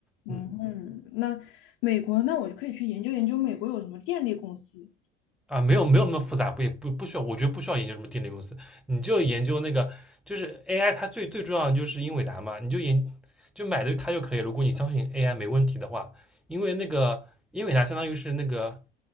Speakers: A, on the left (about 65°); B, in the centre.
A: 嗯，
B: 嗯。
A: 那美国，那我就可以去研究研究美国有什么电力公司。
B: 啊，没有没有那么复杂，不也不不需要，我觉得不需要研究什么电力公司，你就研究那个就是 AI，它最最重要的就是英伟达嘛，你就研就买的它就可以。如果你相信 AI 没问题的话，因为那个英伟达相当于是那个